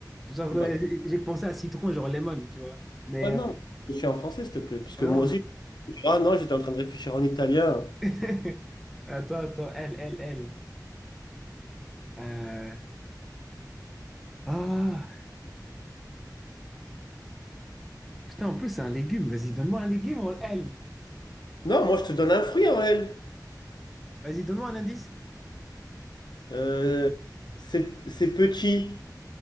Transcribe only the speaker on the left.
Bah,
ouais, non,
je suis en français, s'il te plaît. Parce que
moi
aussi,
ah non, j'étais en train de réfléchir en italien.
Non, moi, je te donne un fruit, Aurel.
Euh, c'est c'est petit.